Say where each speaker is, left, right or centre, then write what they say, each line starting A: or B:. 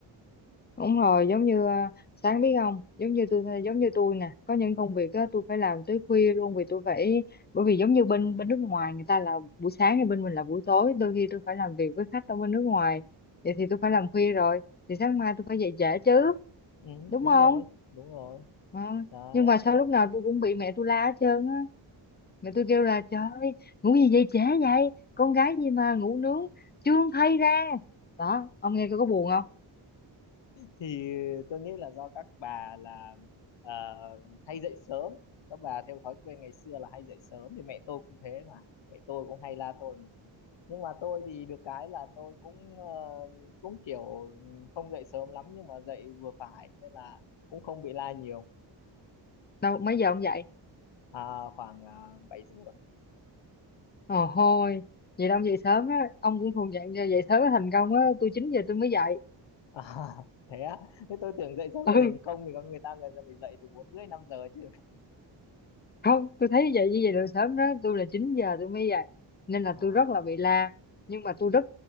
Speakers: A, on the left; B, on the left.
A: Đúng rồi, giống như à, sáng biết không, giống như tôi giống như tôi nè, có những công việc á tôi phải làm tới khuya luôn vì tôi phải bởi vì giống như bên bên nước ngoài người ta là buổi sáng thì bên mình là buổi tối, đôi khi tôi phải làm việc với khách ở bên nước ngoài. Vậy thì tôi phải làm khuya rồi, thì sáng mai tôi phải dậy trễ chứ,
B: ừ,
A: đúng
B: đúng
A: không?
B: rồi đúng rồi
A: Ờ,
B: đấy
A: Nhưng mà sao lúc nào tôi cũng bị mẹ tôi la hết trơn á. Mẹ tôi kêu là trời ơi, ngủ gì dậy trễ vậy? Con gái gì mà ngủ nướng chưa thay ra. Đó, ông nghe coi có buồn không?
B: thì tôi nghĩ là do các bà là ờ, hay dậy sớm các bà theo thói quen ngày xưa là hay dậy sớm thì mẹ tôi cũng thế mà mẹ tôi cũng hay la tôi mà nhưng mà tôi thì được cái là tôi cũng ờ, cũng kiểu không dậy sớm lắm nhưng mà dậy vừa phải nên là cũng không bị la nhiều
A: Đâu mấy giờ ông dậy?
B: À, khoảng à, 7 giờ
A: Ờ thôi, vậy là ông dậy sớm á, ông cũng thuộc dạng dậy sớm mới thành công á, tôi 9 giờ tôi mới dậy.
B: à, <laughs> thế á thế tôi tưởng dậy sớm
A: <laughs>
B: để
A: Ừ,
B: thành công thì có người ta người ta phải dậy từ bốn rưỡi năm giờ chứ
A: không tôi thấy vậy như vậy là sớm đó tôi là 9 giờ tôi mới dậy nên là
B: à,
A: tôi rất là bị la nhưng mà tôi rất